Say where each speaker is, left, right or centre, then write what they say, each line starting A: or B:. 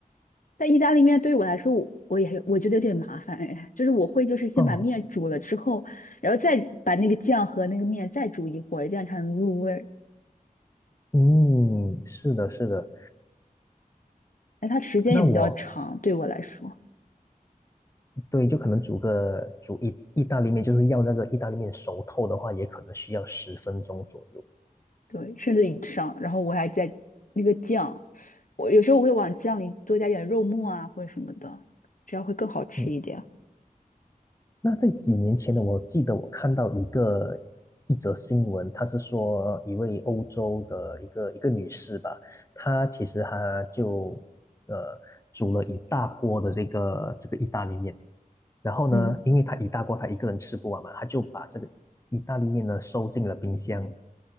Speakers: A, on the left; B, on the left.
A: 但意大利面对于我来说，我我也我觉得有点麻烦哎，就是我会就是先把面煮了之后，
B: 哦，
A: 然后再把那个酱和那个面再煮一会儿，这样才能入味儿。
B: 嗯，是的，是的。
A: 哎，它时间也比较长，
B: 那我
A: 对我来说，
B: 对，就可能煮个煮意意大利面，就是要那个意大利面熟透的话，也可能需要十分钟左右。
A: 对，甚至以上。然后我还在那个酱，我有时候我会往酱里多加点肉末啊或者什么的，这样会更好吃一点。
B: 嗯。那在几年前呢，我记得我看到一个一则新闻，他是说一位欧洲的一个一个女士吧，她其实她就呃煮了一大锅的这个这个意大利面，然后呢，
A: 嗯。
B: 因为她一大锅她一个人吃不完嘛，她就把这个意大利面呢收进了冰箱，